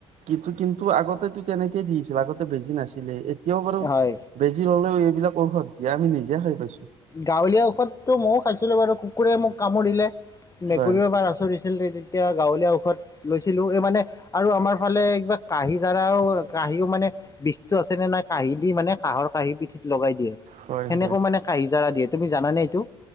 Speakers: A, on the right (about 50°); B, on the left (about 20°).
A: কি কিন্তু আগতেতো তেনেকেই দিছিল আগতে বেজি নাছিলে এতিয়াও বাৰু
B: হয়
A: বেজি ললেও এইবিলাক ঔষধ দিয়ে আমি নিজে খাই পাইছো
B: গাঁৱলীয়া ঔষধতো ময়ো খাইছিলো বাৰু কুকুৰে মোক কামুৰিলে মেকুৰীয়েও
A: হয়
B: বাৰ আচৰি আ, ' তেতিয়া গাঁৱলীয়া ঔষধ লৈছিলো এই মানে আৰু আমাৰ ফালে কিবা কাঁহী যাৰাও কাহিও মানে বিষটো আছে নে নাই কাঁহি দি মানে কাঁহৰ কাঁহি পিঠিত লগাই দিয়ে
A: হয়
B: সেনেকৈ
A: হয়
B: মানে <unintelligible> তুমি জানে এইটো?